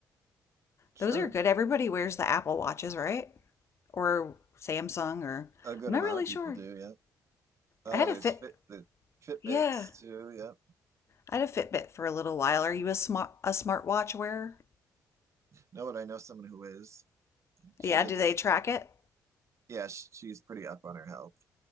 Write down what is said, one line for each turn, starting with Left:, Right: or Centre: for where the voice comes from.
Right: Sure.
Left: Those are good. Everybody wears the Apple Watches, right? or Samsung or
Right: A good
Left: I'm not
Right: amount
Left: really
Right: of people
Left: sure.
Right: do, yeah. Uh,
Left: I had
Right: there's
Left: a Fit.
Right: Fit the Fitbits
Left: Yeah,
Right: too, yeah.
Left: I had a Fitbit for a little while. Are you a smart a smartwatch wearer?
Right: No, but I know someone who is. She
Left: Yeah,
Right: gets,
Left: do they track it?
Right: yeah, sh- she's pretty up on her health.